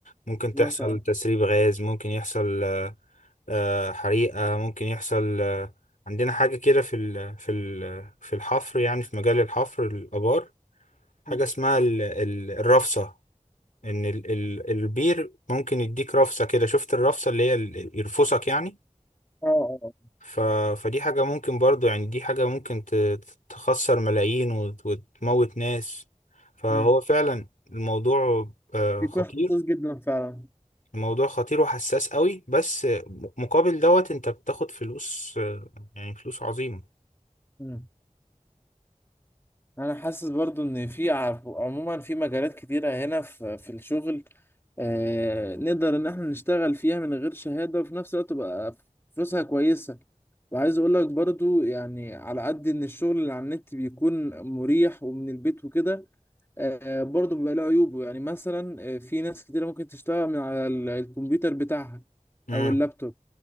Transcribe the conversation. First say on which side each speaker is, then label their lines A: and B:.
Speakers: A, on the left (about 80°); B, on the left (about 20°).
A: ممكن تحصل
B: مثلا
A: تسريب غاز ممكن يحصل آه، حريقة ممكن يحصل آه، عندنا حاجة كده في ال في ال في الحفر يعني في مجال الحفر الآبار حاجة
B: مم.
A: اسمها ال- ال- الرفصة إن ال- ال- البير ممكن يديك رفصة كده شفت الرفصة اللي هي ال- يرفصك يعني
B: اه اه
A: ف فدي حاجة ممكن برضو يعني دي حاجة ممكن ت- تخسر ملايين وت- وتموت ناس فهو
B: مم.
A: فعلا الموضوع آه،
B: بيكون
A: خطير
B: حساس جدا فعلا
A: الموضوع خطير وحساس قوي بس م- مقابل دوت انت بتاخد فلوس آه، يعني فلوس عظيمة
B: مم. انا حاسس برضو ان في ع- عموما في مجالات كتيره هنا في في الشغل آه، نقدر ان احنا نشتغل فيها من غير شهادة وفي نفس الوقت تبقى فلوسها كويسة وعايز اقول لك برضو يعني على قد ان الشغل اللي على النت بيكون مريح ومن البيت وكده آه، برضو بيبقى له عيوبه يعني مثلا آه، في ناس كتيرة ممكن تشتغل من على ال- الكمبيوتر بتاعها
A: امم
B: او اللابتوب